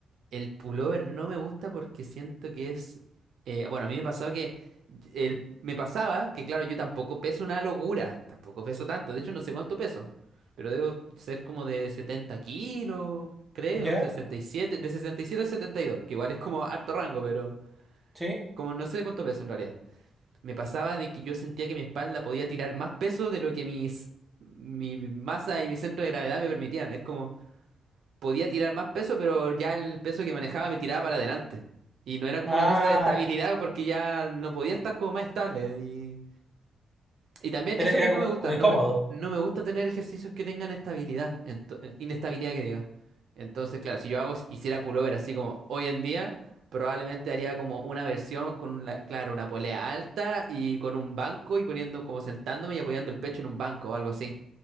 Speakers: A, on the right; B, in the centre.
A: El pullover no me gusta porque siento que es. eh, bueno, a mí me pasaba que. El, me pasaba que, claro, yo tampoco peso una locura. Tampoco peso tanto. De hecho, no sé cuánto peso. Pero debo ser como de 70 kilos, creo.
B: ¿Ya?
A: sesenta y siete De 67 a setenta y dos Que igual es como harto rango, pero.
B: Sí.
A: Como no sé cuánto peso en realidad. Me pasaba de que yo sentía que mi espalda podía tirar más peso de lo que mis. Mi masa y mi centro de gravedad me permitían. Es como podía tirar más peso, pero ya el peso que manejaba me tiraba para adelante. Y no era como
B: Ah,
A: una cosa de estabilidad porque ya no podía estar como más estable. Y, y también
B: era,
A: eso
B: era
A: que no
B: como,
A: me gusta,
B: como incómodo.
A: no me, no me gusta tener ejercicios que tengan estabilidad, ento- eh, inestabilidad que diga. Entonces, claro, si yo hago, hiciera pullover así como hoy en día, probablemente haría como una versión con, la- claro, una polea alta y con un banco y poniendo como sentándome y apoyando el pecho en un banco o algo así